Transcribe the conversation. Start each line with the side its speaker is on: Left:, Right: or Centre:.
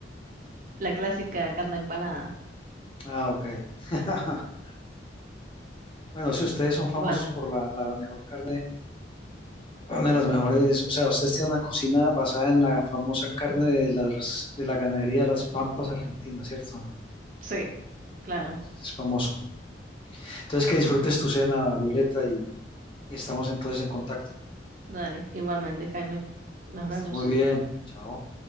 Right: La clásica carne empanada.
Left: Ah, ok. <laughs> Bueno, si ustedes son famosos
Right: Bueno,
Left: por la, la mejor carne Una de las mejores, o sea, ustedes tienen una cocina basada en la famosa carne de las, de la ganadería de las Pampas Argentinas, ¿cierto?
Right: sí, claro.
Left: Es famoso. Entonces, que disfrutes tu cena, Violeta, y, y estamos entonces en contacto.
Right: Dale, igualmente, Jaime. Nos
Left: Que
Right: vemos.
Left: estés muy bien. Chao.